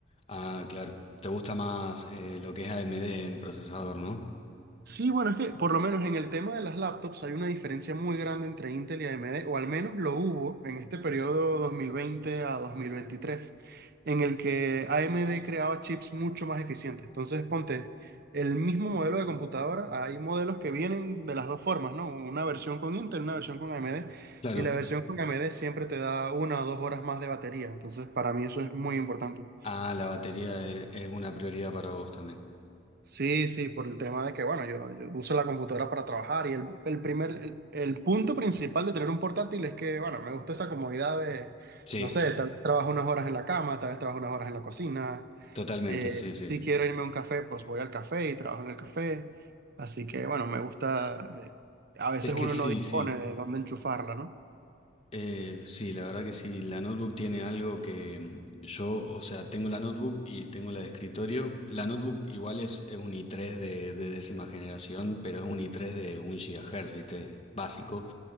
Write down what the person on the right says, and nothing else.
Sí, bueno, es que por lo menos en el tema de las laptops hay una diferencia muy grande entre Intel y AMD, o al menos lo hubo en este periodo 2020 a 2023, en el que AMD creaba chips mucho más eficientes. Entonces, ponte, el mismo modelo de computadora, hay modelos que vienen de las dos formas, ¿no? Una versión con Intel, una versión con AMD,
y la versión con AMD siempre te da una o dos horas más de batería. Entonces, para mí eso es muy importante.
Sí, sí, por el tema de que, bueno, yo, yo uso la computadora para trabajar y el, el primer, el, el punto principal de tener un portátil es que, bueno, me gusta esa comodidad de,
no sé, tal vez trabajo unas horas en la cama, tal vez trabajo unas horas en la cocina,
eh,
si quiero irme a un café, pues voy al café y trabajo en el café, así que, bueno, me gusta, eh, a veces
uno
no dispone
de dónde enchufarla, ¿no?